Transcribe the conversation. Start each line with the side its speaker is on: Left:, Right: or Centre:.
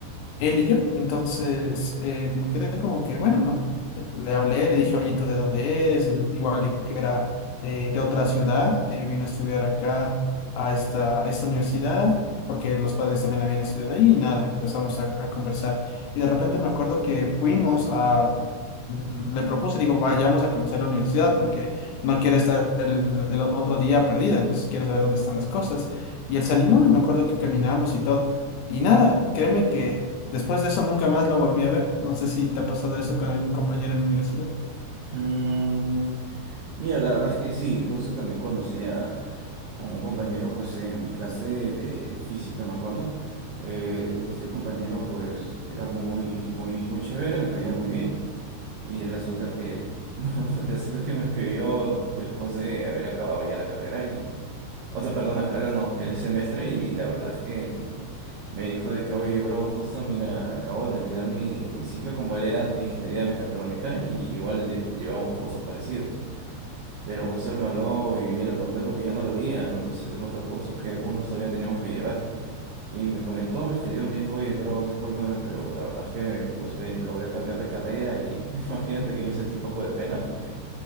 Left: él y yo. Entonces eh, me quedé como que, bueno, ¿no? Le hablé, le dije, oye, ¿tú de dónde eres? Él igual dijo que era eh, de otra ciudad, eh, vino a estudiar acá a esta, a esta universidad, porque los padres también habían estudiado ahí y nada, empezamos a, a conversar. Y de repente me acuerdo que fuimos a... Le propuse, digo, vayamos a conocer la universidad porque no quiero estar el, el otro día perdida, entonces quiero saber dónde están las cosas. Y él se animó y me acuerdo que caminamos y todo. Y nada, créeme que Después de eso nunca más lo volví a ver. No sé si te ha pasado eso con algún compañero en la universidad.
Right: Mm, Mira, la verdad es que sí, justo también conocí a, a un compañero pues en mi clase de física, me acuerdo. Eh, este compañero pues era muy, muy, muy chévere, me caía muy bien y resulta que, <laughs> bueno, resulta que me escribió después de haber acabado ya la carrera y, o sea, perdón, la carrera no, el semestre y la verdad es que me dijo de que, oye, bro, justo, mira, acabo de terminar mi, mi ciclo como él era ingeniería mecatrónica y igual de- llevábamos cursos parecidos. Pero José me habló y yo le pregunté porque ya no lo veía, ¿no? Entonces, en otros cursos que unos todavía teníamos que llevar. Y me comentó, me escribió, me dijo, oye, pero discúlpame, pero la verdad es que pues me logré cambiar de carrera y <laughs> imagínate que yo sentí un poco de pena porque